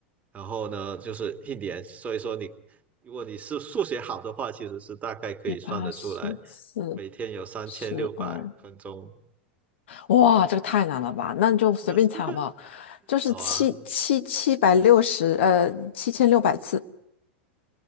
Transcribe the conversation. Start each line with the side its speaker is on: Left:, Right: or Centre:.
Right: 然后呢，就是一年，所以说你如果你是数学好的话，其实是大概可以算得出来，
Left: 第八十四
Right: 每天有三千六百分钟。
Left: 十二，哇，这个太难了吧？那你就随便猜好不好？
Right: <laughs>
Left: 就是七七七百六十，
Right: 好啊，
Left: 呃，七千六百次，